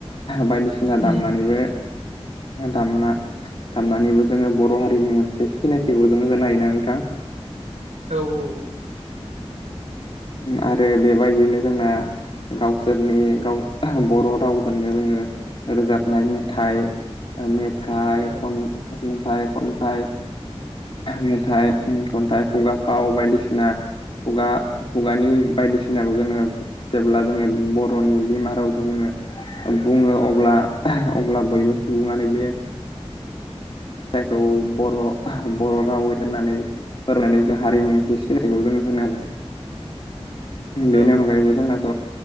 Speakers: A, on the left (about 50°); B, on the right (about 85°).
A: बायदिसिना
B: उम
A: दामनानैबो दामना दामनानैबो जोङो बर' हारिनि मोनसे सिनायथिखौ जोङो होनो हायोना नोंथां <inaudible>
B: औ औ
A: आरो बेबायदियैनो जोंना गावसोरनि गाव बर' रावजोंनो जोङो रोजाबनाय मेथाइ मेथाइ
B: औ
A: खन‌ मेथाइ खनथाइ मेथाइ खन्थाइ खुगा फाव बायदिसिना खुगा खुगानि बायदिसिनाखौ जोङो जेब्ला जोङो बर'नि बिमा रावजों जोङो बुङो अब्ला अब्ला बयबो सुबुङानो बे जायखौ बर' बर' रावै होननानै फोरमायनाय जों हारिमु मोनसे सिनायखौ जोङो होनो हायो बेनि
B: ओ
A: अनगायैबो जोंनाथ